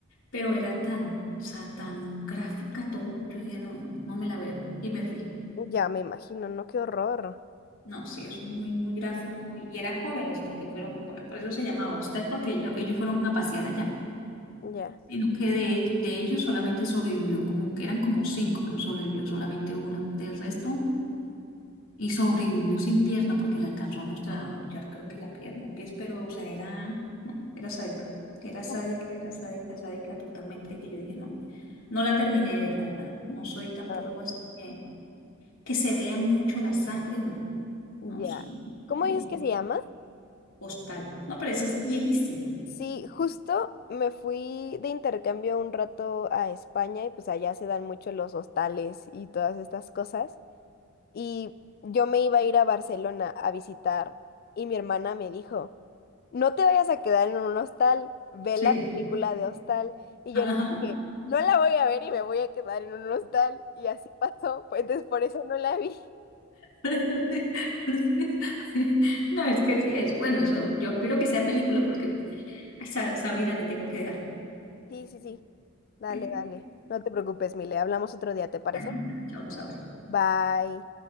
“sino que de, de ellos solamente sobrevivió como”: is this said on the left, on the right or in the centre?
Left